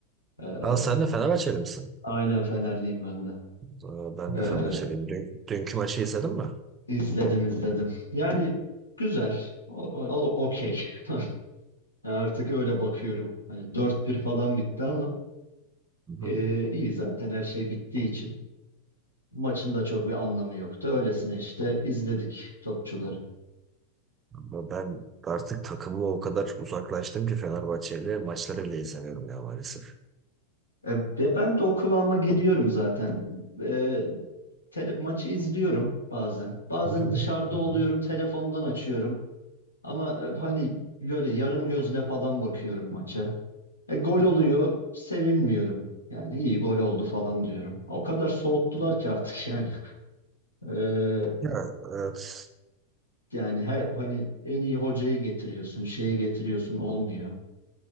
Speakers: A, on the left; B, on the right.
A: Ee,
B: Aa, sen de Fenerbahçeli misin?
A: aynen Fenerliyim ben de.
B: Aa, Ben
A: Ee,
B: de Fenerbahçeliyim. Dün, dünkü maçı izledin mi?
A: izledim izledim. Yani güzel. O, o- okey. <laughs> Artık öyle bakıyorum. Hani 4-1 falan bitti ama
B: Hı hı.
A: ee, iyi zaten her şey bittiği için. Maçın da çok bir anlamı yoktu. Öylesine işte izledik topçuları.
B: Ama ben artık takımı o kadar uzaklaştım ki Fenerbahçeli maçları bile izlemiyorum ya maalesef.
A: E, ve ben de o kıvama geliyorum zaten. E, tele- maçı izliyorum bazen. Bazen
B: Hı hı.
A: dışarıda
B: Hı
A: oluyorum,
B: hı.
A: telefondan açıyorum. Ama e, hani böyle yarım gözle falan bakıyorum maça. E, gol oluyor, sevinmiyorum. Yani iyi gol oldu falan diyorum. O kadar soğuttular ki artık yani. <laughs> E,
B: Ya evet.
A: yani her hani en iyi hocayı getiriyorsun, şeyi getiriyorsun olmuyor.